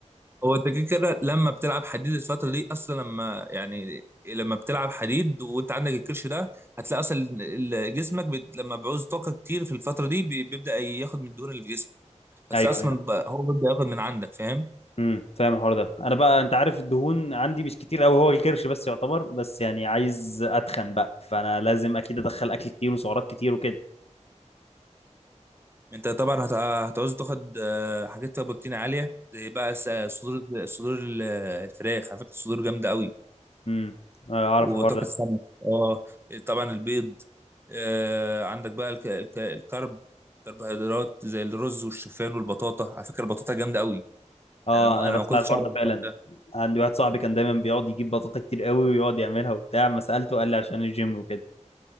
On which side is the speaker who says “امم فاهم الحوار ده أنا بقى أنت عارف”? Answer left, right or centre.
Left